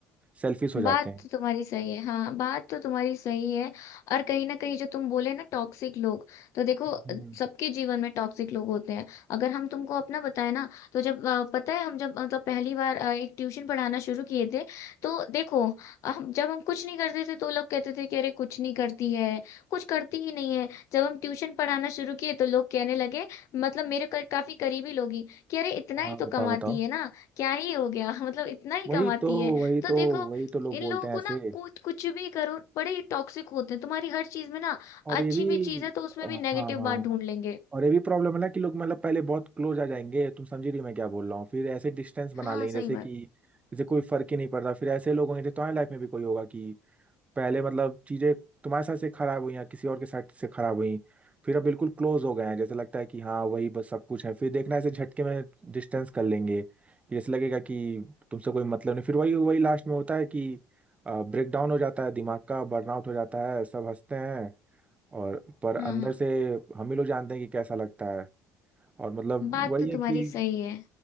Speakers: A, on the right (about 25°); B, on the left (about 60°).
A: सेल्फिश हो जाते
B: बात
A: हैं
B: तो तुम्हारी सही है हाँ बात तो तुम्हारी सही है और कहीं ना कहीं जो तुम बोले ना टॉक्सिक लोग तो देखो
A: हम्म
B: सबके जीवन में टॉक्सिक लोग होते हैं अगर हम तुमको अपना बताए ना तो जब अ, पता है हम जब मतलब पहली बार अ, एक ट्यूशन पढ़ाना शुरू किए थे तो देखो हम जब हम कुछ नहीं करते थे तो लोग कहते थे कि अरे कुछ नहीं करती है कुछ करती ही नहीं है जब हम ट्यूशन पढ़ाना शुरू किए तो लोग कहने लगे मतलब मेरे कर, काफी करीबी लोग ही कि अरे इतना
A: हाँ
B: ही तो
A: बताओ
B: कमाती
A: बताओ
B: है ना क्या ही हो गया <laughs> मतलब इतना ही
A: वही
B: कमाती
A: तो
B: है
A: वही
B: तो
A: तो
B: देखो
A: वही तो लोग
B: इन
A: बोलते
B: लोगों
A: हैं
B: को
A: ऐसे
B: ना कुछ कुछ भी करो बड़े ही टॉक्सिक होते हैं तुम्हारी हर चीज में ना
A: और
B: अच्छी
A: ये भी
B: भी चीज है तो उसमें
A: अ,
B: भी
A: हाँ
B: नेगेटिव
A: हाँ
B: बात ढूंढ लेंगे
A: और ये भी प्रॉब्लम है ना कि लोग मतलब पहले बहुत क्लोज आ जाएंगे तुम समझ रही हो मैं क्या बोल रहा हूँ फिर ऐसे डिस्टेंस बना
B: हाँ
A: लेंगे
B: सही
A: जैसे
B: बात
A: कि जैसे कोई फर्क ही नहीं पड़ता फिर ऐसे लोग होंगे तो तुम्हारी लाइफ में भी कोई होगा कि पहले मतलब चीजें तुम्हारे साथ से खराब हुई या किसी और के साथ से खराब हुई फिर अब बिल्कुल क्लोज हो गए हैं जैसे लगता है कि हाँ वही बस सब कुछ है फिर देखना ऐसे झटके में डिस्टेंस कर लेंगे जैसे लगेगा कि तुमसे कोई मतलब नहीं फिर वही वही लास्ट में होता है कि ब्रेक डाउन हो जाता है दिमाग का बर्नआउट हो जाता है सब हंसते हैं और पर अंदर
B: हाँ हाँ
A: से हम ही लोग जानते हैं कि कैसा लगता है और मतलब
B: बात
A: वही
B: तो
A: है
B: तुम्हारी
A: कि
B: सही है